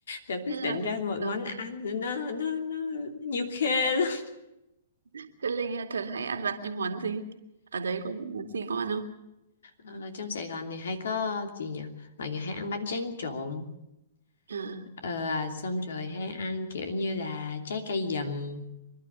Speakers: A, on the left (about 75°); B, on the right (about 80°).
A: rồi quyết
B: Thế là,
A: định ra một
B: là
A: món ăn nó nó nó nhiều khê lắm
B: thế Linh thường hay ăn vặt những món gì? Ở đấy có những món gì ngon không?
A: Ờ, trong Sài Gòn thì hay có gì nhỉ mọi người hay ăn bánh tráng trộn
B: À,
A: Ờ, xong rồi hay ăn kiểu như là trái cây dầm